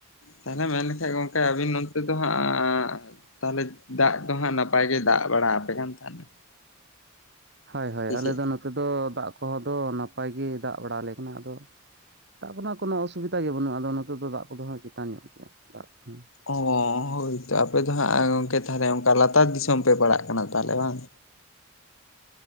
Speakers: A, on the left; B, on the right.
A: ᱛᱟᱦᱚᱞᱮ ᱢᱮᱱᱠᱷᱟᱡ ᱜᱚᱝᱠᱮ ᱟᱵᱤᱱ ᱱᱚᱱᱛᱮ ᱫᱚ ᱟᱸᱜ ᱛᱟᱦᱚᱞᱮ ᱫᱟᱜ ᱠᱚ ᱦᱟᱸᱜ ᱱᱟᱯᱟᱭ ᱜᱮ ᱫᱟᱜ ᱵᱟᱲᱟ ᱟᱯᱮ ᱠᱟᱱ ᱛᱟᱦᱮᱱᱟ?
B: ᱦᱚᱭ ᱦᱚᱭ
A: ᱥᱮ
B: ᱟᱞᱮ
A: ᱪᱮᱫ?
B: ᱫᱚ ᱱᱚᱛᱮ ᱫᱚ ᱫᱟᱜ ᱠᱚᱦᱚᱸ ᱫᱚ ᱱᱟᱯᱟᱭ ᱜᱮ ᱫᱟᱜ ᱵᱟᱲᱟ ᱟᱞᱮ ᱠᱟᱱᱟ ᱟᱫᱚ ᱫᱟᱜ ᱠᱚᱨᱮᱱᱟᱜ ᱠᱳᱱᱳ ᱚᱥᱩᱵᱤᱫᱟ ᱜᱮ ᱵᱟᱹᱱᱩᱜᱼᱟ ᱟᱫᱚ ᱱᱚᱛᱮ ᱫᱚ ᱫᱟᱜ ᱠᱚᱫᱚ ᱪᱮᱛᱟᱱ ᱧᱚᱜ ᱜᱮᱭᱟ ᱫᱟᱜ ᱠᱚ
A: ᱚ ᱦᱳᱭ ᱛᱚ ᱟᱯᱮ ᱫᱚ ᱦᱟᱸᱜ ᱜᱚᱝᱠᱮ ᱛᱟᱦᱚᱞᱮ ᱚᱱᱠᱟ ᱞᱟᱛᱟᱨ ᱫᱤᱥᱚᱢ ᱯᱮ ᱯᱟᱲᱟᱜ ᱠᱟᱱᱟ ᱛᱟᱦᱚᱞᱮ ᱵᱟᱝ